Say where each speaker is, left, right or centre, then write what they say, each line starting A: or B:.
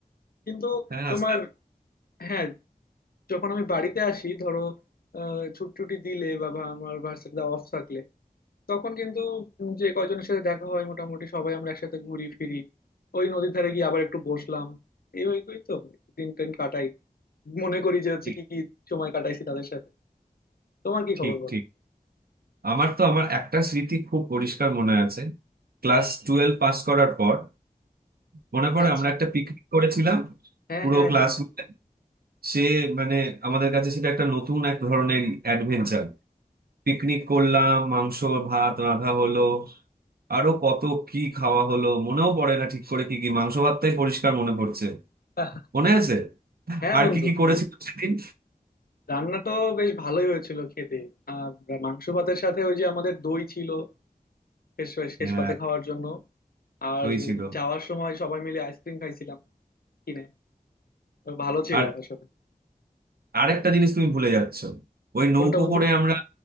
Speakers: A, on the left; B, on the right.
A: কিন্তু
B: হ্যাঁ,
A: তোমার
B: আস্তে
A: হ্যাঁ যখন আমি বাড়িতে আসি ধরো আহ ছুটি টুটি দিলে বা বা আমার ভার্সিটিতে অফ থাকলে তখন কিন্তু যে কয়জনের সাথে দেখা হয় মোটামুটি সবাই আমরা একসাথে ঘুরি ফিরি ওই নদীর ধারে গিয়ে আবার একটু বসলাম এই ওই করেই তো দিন টেন কাটাই মনে করি যে হচ্ছে
B: ঠিক
A: কি কি সময় কাটাইছি তাদের সাথে তোমার কি
B: ঠিক
A: খবর বলো
B: ঠিক আমার তো আমার একটা স্মৃতি খুব পরিষ্কার মনে আছে ক্লাস টুয়েলভ পাস করার পর মনে পড়ে
A: আচ্ছা
B: আমরা একটা পিকনিক করেছিলাম
A: হ্যাঁ
B: পুরো
A: হ্যাঁ
B: ক্লাস
A: হ্যাঁ
B: মিলে সে মানে আমাদের কাছে সেটা একটা নতুন এক ধরনের অ্যাডভেঞ্চার পিকনিক করলাম মাংস ভাত রাঁধা হলো আরো কত কি খাওয়া হলো মনেও পড়ে না ঠিক করে কি কি মাংস ভাতটাই পরিষ্কার মনে পড়ছে
A: আহ,
B: মনে আছে
A: হ্যাঁ
B: আর
A: বন্ধু
B: কি কি করেছিল সেদিন
A: রান্না তো বেশ ভালোই হয়েছিল খেতে আর মাংস ভাতের সাথে ওই যে আমাদের দই ছিল শেষ শেষ
B: হ্যাঁ
A: পাতে খাওয়ার জন্য আর
B: ওই ছিল
A: যাওয়ার সময় সবাই মিলে আইসক্রিম খাইছিলাম কিনে তো ভালো ছিল
B: আর
A: আসলে
B: আরেকটা জিনিস তুমি ভুলে যাচ্ছ ওই
A: কোনটা
B: নৌকো
A: বন্ধু
B: করে হুম। আমরা